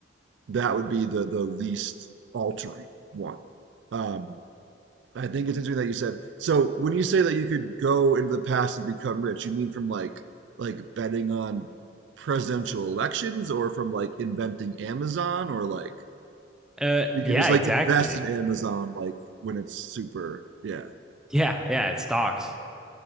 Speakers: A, on the right; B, in the centre.
A: that would be the the least altering one. Um I think it's interesting that you said. So when you say that you could go into the past and become rich, you mean from like like betting on presidential elections or from like inventing Amazon or like
B: Uh,
A: you
B: yeah,
A: could just
B: exactly.
A: like invest in Amazon like when it's super. Yeah.
B: Yeah, yeah, it stocks.